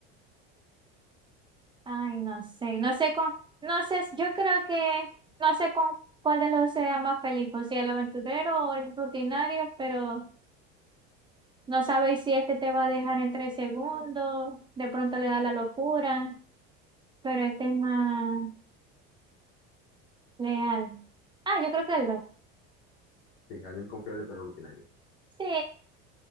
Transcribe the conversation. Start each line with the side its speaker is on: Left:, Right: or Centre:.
Right: Ay, no sé, no sé con, no sé, yo creo que, no sé con cuál de los dos sea más feliz, o si el aventurero o el rutinario, pero no sabéis si este te va a dejar en tres segundos, de pronto le da la locura, pero este es más leal. Ah, yo creo que el dos.
Left: Sí, alguien confiable, pero rutinario.
Right: Sí,